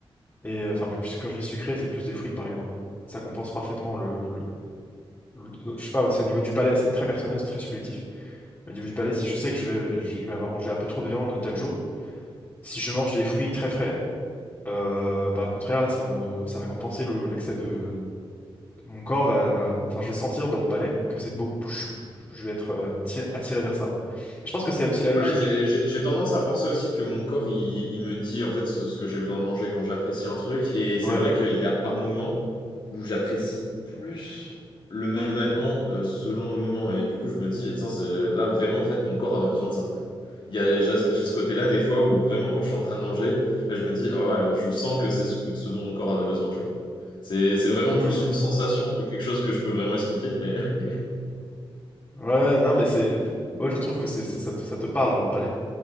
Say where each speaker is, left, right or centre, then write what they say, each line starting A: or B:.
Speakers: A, on the left; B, on the left.
A: Et euh, enfin, plus quand je dis sucré, c'est plus des fruits par exemple. Ça compense parfaitement le, le- le- je sais pas, c'est au niveau du palais, c'est très personnel, c'est très subjectif. Au niveau du palais, si je sais que je vais, je vais avoir mangé un peu trop de viande tel jour, si je mange des fruits très frais, euh, bah, au contraire, là, ça va me, ça va compenser le- l'excès de. Mon corps va, va- Enfin, je vais sentir dans mon palais que c'est beaucoup plus. Je, je vais être euh, tir- attiré vers ça. Et je pense que c'est aussi la logique.
B: Ouais, j'ai, j'ai- j'ai tendance à penser aussi que mon corps, il, il me dit en fait ce, ce que j'ai besoin de manger quand j'apprécie un truc. Et c'est
A: Ouais.
B: vrai qu'il y a par moments où j'apprécie plus le même aliment euh, selon le moment. Et du coup, je me dis, tiens, c'est là vraiment, en fait, mon corps avait besoin de ça. Il y a, j'ai j'ai ce côté-là des fois où vraiment quand je suis en train de manger, là je me dis, Ah ouais, je sens que c'est ce, que- ce dont mon corps avait besoin, tu vois. C'est, c'est vraiment
A: Mhm.
B: plus une sensation que quelque chose que je peux vraiment expliquer, mais <laughs>
A: Ouais, ouais, non, mais c'est. Moi, je trouve que c'est, ça, ça- ça te parle dans le palais.